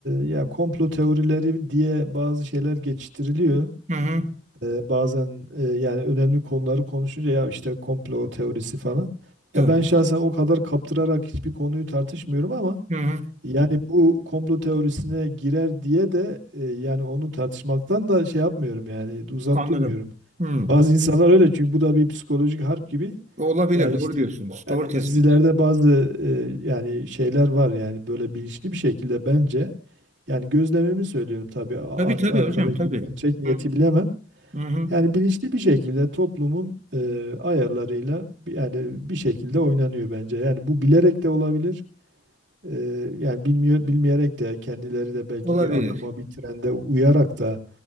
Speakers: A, on the right; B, on the right.
A: ya komplo teorileri diye bazı şeyler geçiştiriliyor.
B: Hı hı.
A: E, bazen e, yani önemli konuları konuşunca ya işte komplo teorisi falan. Ya
B: Doğru.
A: ben şahsen o kadar kaptırarak hiçbir konuyu tartışmıyorum ama
B: Hı hı.
A: yani bu komplo teorisine girer diye de e, yani onu tartışmaktan da şey yapmıyorum yani uzak
B: Anladım.
A: durmuyorum.
B: Hı.
A: Bazı insanlar öyle çünkü bu da bir psikolojik harp gibi.
B: Olabilir,
A: Yani
B: doğru
A: işte
B: diyorsunuz.
A: yani
B: Doğru tespit.
A: dizilerde bazı e, yani şeyler var yani böyle bilinçli bir şekilde bence yani gözlemimi söylüyorum tabii a-
B: Tabii
A: art
B: tabii
A: arkadaki
B: hocam, tabii.
A: gerçek niyeti
B: Hı.
A: bilemem.
B: Hı hı.
A: Yani bilinçli bir şekilde toplumun e, ayarlarıyla bi- yani bir şekilde oynanıyor bence. Yani bu bilerek de olabilir. E, yani bilmiyor bilmeyerek de kendileri de belki
B: Olabilir.
A: bir akıma, bir trende uyarak da